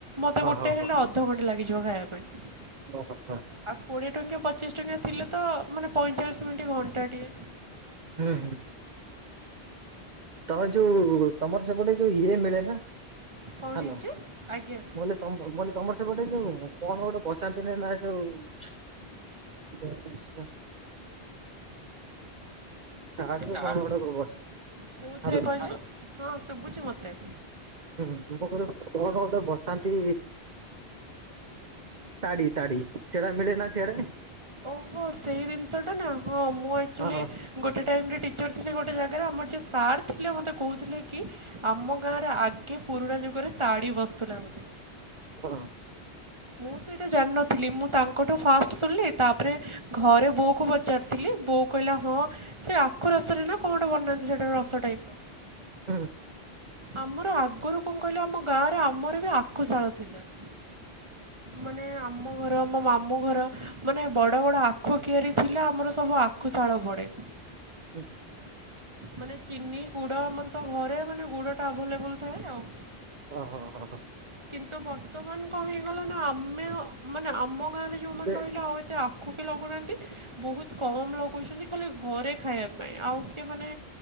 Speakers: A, on the right; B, on the right.
A: ମତେ
B: ଓହୋ
A: ଗୋଟେ ହେଲେ ଅଧଘଣ୍ଟା ଲାଗିଯିବ ଖାଇବା ପାଇଁ।
B: <unintelligible>
A: ଆଉ କୋଡ଼ିଏ ଟଙ୍କିଆ, ପଚିଶ ଟଙ୍କିଆ, ଥିଲେ ତ ମାନେ ପଇଁଚାଳିଶ ମିନିଟ୍, ଘଣ୍ଟା ଟିଏ।
B: ହୁଁ। ତମେ ଯୋଉ, ତମର ସେପଟେ ଯୋଉ ଇଏ ମିଳେ ନା,
A: କ'ଣ
B: ହ୍ୟାଲୋ।
A: ହେଇଛି ଆଜ୍ଞା
B: <unintelligible> ତମର ସେ ପଟେ ଯୋଉ, କଣ ଗୋଟେ ପଚାରୁଥିଲି ଏଇନା ଯୋଉ <unintelligible> <unintelligible>
A: ଝାଡୁ କେଉଁଥିରେ
B: ହାଲୋ
A: କହିଲେ ହଁ ଶୁଭୁଛି ମୋତେ
B: ହୁଁ, <unintelligible> କଣ ଗୋଟେ ବସାନ୍ତି ତାଡ଼ିି, ତାଡ଼ିି, ସେଟା ମିଳେ ନା ସିଆଡ଼େ?
A: ଓହୋ, ସେଇ ଜିନିଷଟା ନା, ହଁ ମୁଁ ଆକଚୁଆଲି
B: ହଁ ହଁ
A: ଗୋଟେ ଟାଇମ ରେ ଟିଚର ଥିଲେ ଗୋଟେ ଜାଗାରେ, ଆମର ଯିଏ ସାର୍ ଥିଲେ ମୋତେ କହୁଥିଲେ କି ଆମ ଗାଁ ଆଗେ ପୁରୁଣା ଯୁଗରେ ତାଡି ବସୁଥିଲା ବୋଲି।
B: ହଁ।
A: ମୁଁ ସେଇଟା ଜାଣିନଥିଲି, ମୁଁ ତାଙ୍କଠୁ ଫାଷ୍ଟ ଶୁଣିଲି ତାପରେ ଘରେ ବୋଉ କୁ ପଚାରିଥିଲି, ବୋଉ କହିଲା ହଁ ସେ ଆଖୁ ରସରେ ନା କଣ ଗୋଟେ ବନାନ୍ତି, ସେଟା ରସ ଟାଇପ।
B: ହୁଁ।
A: ଆମର ଆଗରୁ କଣ କହିଲ, ଆମ ଗାଁରେ ଆମର ବି ଆଖୁଶାଳ ଥିଲା। ମାନେ ଆମ ଘର, ମୋ ମାମୁଁ ଘର, ମାନେ ବଡ଼ ବଡ଼ ଆଖୁ କିଆରି ଥିଲା, ଆମର ସବୁ ଆଖୁଶାଳ ପଢ଼େ।
B: <unintelligible>
A: ମାନେ ଚିନି, ଗୁଡ଼, ଆମର ତ ଘରେ ମାନେ ଗୁଡ଼ଟା ଆଭେଲେବଲ ଥାଏ ଆଉ।
B: ଓହୋ ହଁ, ହଁ।
A: କିନ୍ତୁ, ବର୍ତ୍ତମାନ କଣ ହେଇଗଲା ନା ଆମେ, ମାନେ ଆମ ଗାଁରେ ଯୋଉମାନେ
B: ସେ
A: ରହିଲେ ଆଉ ଏତେ ଆଖୁ କେହି ଲଗଉନାହାନ୍ତି, ବହୁତ କମ ଲଗଉଛନ୍ତି। ଖାଲି ଘରେ ଖାଇବା ପାଇଁ। ଆଉ କିଏ ମାନେ